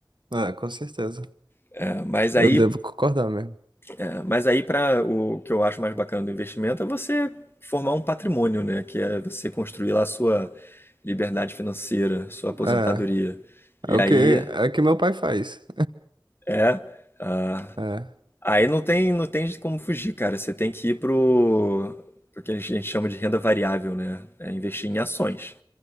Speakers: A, on the right (about 75°); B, on the left (about 30°).
A: É, com certeza.
B: É, mas
A: Eu
B: aí,
A: devo concordar mesmo.
B: é, mas aí para o que eu acho mais bacana do investimento é você formar um patrimônio, né? Que é você construir lá a sua liberdade financeira, sua aposentadoria.
A: É,
B: E
A: é o
B: aí
A: que, é o que meu pai faz.
B: é, ah,
A: É.
B: aí não tem, não tem como fugir, cara. Você tem que ir pro, pro que a gente a gente chama de renda variável, né? É investir em ações,